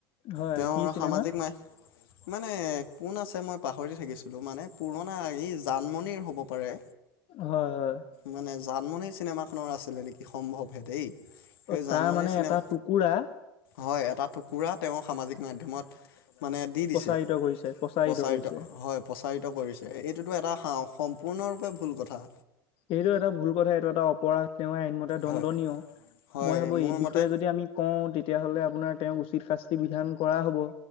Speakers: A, on the left (about 50°); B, on the left (about 75°).
A: হয়
B: তেওঁৰ
A: কি চিনেমা?
B: সামাজিক মাই, মানে কোন আছে মই পাহৰি থাকিলো মানে পুৰণা ই জানমনিৰ হ'ব পাৰে
A: হয় হয়
B: মানে জানমণি চিনেমাখনৰ আছিলে নেকি সম্ভৱহে দেই সেই
A: অ
B: জানমণি
A: তাৰ মানে
B: চিনেমা
A: এটা টুকুৰা
B: হয় এটা টুকুৰা তেওঁ সামাজিক মাধ্যমত মানে দি দিছে,
A: প্ৰচাৰিত কৰিছে
B: প্ৰচাৰিত
A: কৰিছে
B: হয় প্ৰচাৰিত কৰিছে এইটোতো এটা সাহ সম্পূৰ্ণৰূপে ভুল কথা
A: এইটো এটা ভুল কথা, এইটো এটা অপৰাধ, তেওঁ আইনমতে দণ্ডনীয়,
B: হয় হয়
A: মই ভাবো
B: মোৰ
A: এই বিষয়ে
B: মতে
A: যদি আমি কওঁ তেতিয়াহ'লে আপোনাৰ তেওঁক উচিত শাস্তি বিধান কৰা হ'ব